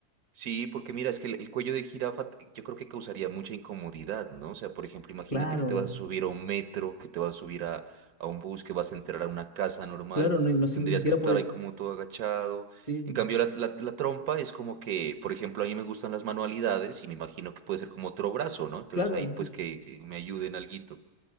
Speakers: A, on the right; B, on the left.
A: Sí, porque mira, es que el, el cuello de jirafa t- yo creo que causaría mucha incomodidad, ¿no? O sea, por ejemplo, imagínate
B: Claro,
A: que te vas a subir a un metro, que te vas a subir a, a un bus, que vas a entrar a una casa normal,
B: claro, no, no si-
A: tendrías
B: ni siquiera
A: que estar
B: poder...
A: ahí como todo agachado.
B: sí,
A: En cambio, la, la- la trompa es como que, por ejemplo, a mí me gustan las manualidades y me imagino que puede ser como otro brazo, ¿no? Entonces
B: claro,
A: ahí pues que, que me ayuden alguito.